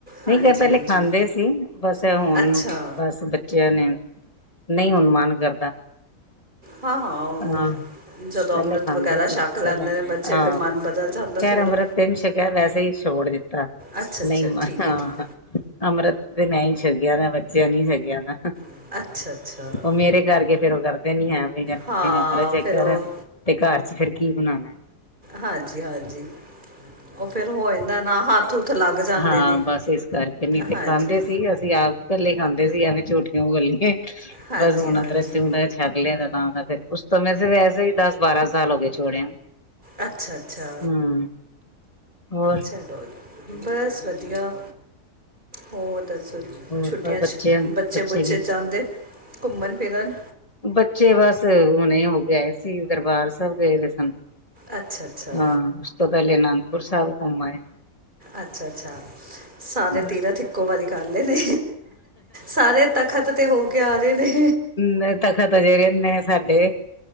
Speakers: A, on the right; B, on the left.
A: ਹਾਂਜੀ
B: ਨਹੀਂ ਕ ਪਹਿਲੇ
A: ਹਾਂਜੀ
B: ਖਾਂਦੇ ਸੀ, ਬਸ ਹੁਣ
A: ਅੱਛਾ
B: ਬਸ ਚਿਆਂ ਨੇ, ਨਹੀਂ ਹੁਣ ਮਨ ਕਰਦਾ।
A: ਹਾਂ-ਹਾਂ, ਉਹ
B: ਹਾਂ
A: ਬਸ ਜਦੋਂ
B: ਪਹਿਲੇ
A: ਅੰਮ੍ਰਿਤ
B: ਖਾਂਦੇ
A: ਵਗੈਰਾ
B: ਸੀ,
A: ਛਕ ਲੈਂਦੇ
B: ਚਲੋ
A: ਨੇ ਬੱਚੇ
B: ਹਾਂ
A: ਫਿਰ ਮਨ ਬਦਲ ਜਾਂਦਾ
B: ਖੈਰ
A: ਥੋੜਾ
B: ਅੰਮ੍ਰਤ ਤੇ ਨਹੀਂ ਸ਼ਕਿਆ ਵੈਸੇ ਹੀ ਛੋੜ ਦਿੱਤਾ
A: ਅੱਛਾ ਅੱਛਾ
B: ਨਹੀਂ ਮ
A: ਠੀਕ
B: ਹਾਂ,
A: ਹੈ ਠੀਕ
B: ਅੰਮ੍ਰਿਤ ਤੇ ''ਮੈਂ ਹੀ ਛਕਿਆ ਨਾ, ਬੱਚਿਆਂ ਨੇ ਨੀ ਛਕਿਆ ਨਾ
A: ਹੈ। ਅੱਛਾ ਅੱਛਾ
B: ਉਹ ਮੇਰੇ ਕਰਕੇ ਫੇਰ ਉਹ ਕਰਦੇ ਨੀ ਹੈ ਮੇਰੀ ਮੰਮੀ
A: ਹਾਂ
B: ਨੇ ਅੰਮ੍ਰਿਤ ਛਕਿਆ
A: ਫਿਰ ਉਹ
B: ਵੈ, ਤੇ ਘਰ'ਚ ਫਿਰ ਕੀ ਬਨਾਣੈ
A: ਹਾਜੀ-ਹਾਂਜੀ, ਉਹ ਫੇਰ ਹੋ ਜਾਂਦਾ ਨਾ, ਹੱਥ-ਹੂਥ ਲੱਗ ਜਾਂਦੇ
B: ਹਾਂ
A: ਨੇ
B: ਬਸ ਇਸ ਕਰਕੇ ਨੀ ਤੇ
A: ਹਾਂਜੀ
B: ਖਾਂਦੇ
A: ਹਾਂਜੀ
B: ਸੀ ਅਸੀਂ ਆਪ ਭੱਲੇ ਖਾਂਦੇ ਸੀ ਐਵੇਂ ਝੂਠ ਕਿਊ ਬੋਲੀਏ
A: ਹਾਂਜੀ
B: ਬਸ ਹੁਣ
A: ਹਾਂਜੀ
B: ਅੰਮ੍ਰਿਤ ਜੋਦਾ ਛਕ ਲਿਆ ਉਸ ਸਮੇਂ ਵੈਸੇ ਹੀ ਦਸ ਬਾਰਾਂ ਸਾਲ ਹੋ ਗਏ ਛੋੜਿਆ
A: ਅੱਛਾ ਅੱਛਾ
B: ਹਮ ਹੋਰ
A: ਚਲੋ ਬਸ ਵਧੀਆ ਹੋਰ ਦੱਸੋ ਜੀ
B: ਹੋਰ
A: ਛੁੱਟੀਆਂ 'ਚ
B: ਬੱਚੇ
A: ਬੱਚੇ ਬੁੱਚੇ
B: ਕੀ
A: ਜਾਂਦੇ ਘੁੰਮਣ ਫਿਰਨ
B: ਬੱਚੇ ਬਸ ਹੁਣੇ ਹੋ ਕੇ ਆਏ ਸੀ ਸੀ ਦਰਬਾਰ ਸਾਹਿਬ ਗਏ ਹੋਏ ਸਨ
A: ਅੱਛਾ ਅੱਛਾ
B: ਹਾਂ ਉਸ ਤੋਂ ਪਹਿਲੇ ਅਨੰਦਪੁਰ ਸਾਹਿਬ ਘੁੰਮ ਆਏ
A: ਅੱਛਾ ਅੱਛਾ ਸਾਰੇ
B: ਬਸ
A: ਤੀਰਥਇੱਕੋ ਵਾਰੀ ਵਾਰੀ ਕਰ ਲਏ ਨੇ ਸਾਰੇ ਤਖਤ ਤੇ ਹੋ ਕੇ ਆ ਰੇ ਨੇ
B: ਨਾ ਤਖਤ ਹਜੇ ਰਹਿੰਦੇ ਨੇ ਸਾਡੇ